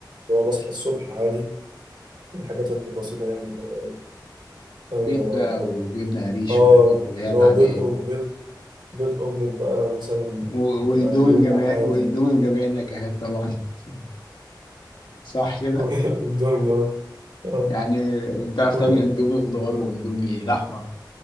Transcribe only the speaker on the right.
لو بصحى الصبح عادي الحاجات البسيطه يعني اللي هو إيه، اه
آه،
اللي
هو بيض أو-
بيض بيض اومليت بقى مثلا
وعيون
عادي
<laughs> اندومي اه آه.
و-